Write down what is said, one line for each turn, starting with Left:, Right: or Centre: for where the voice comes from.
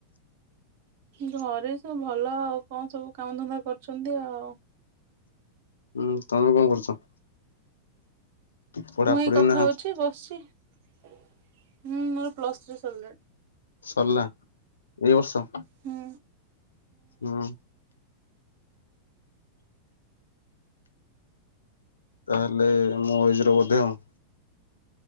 Right: ଘରେ ସବୁ ଭଲ ଆଉ କଣ ସବୁ କାମ ଧନ୍ଦା କରୁଛନ୍ତି ଆଉ।
Left: ହୁଁ ତମେ କଣ କରୁଛ? ପଢାପଢି
Right: ମୁଁ ଏଇ କଥା
Left: ନା
Right: ହଉଛି ବସିଛି ହୁଁ ମୋର ପ୍ଲସ ଥ୍ରି ସରିଲାଣି।
Left: ସରିଲା ଏଇ ବର୍ଷ।
Right: ହୁଁ
Left: ହୁଁ। ତାହେଲେ ମୁଁ ଏଜ ର ବଧେ ଆଉ।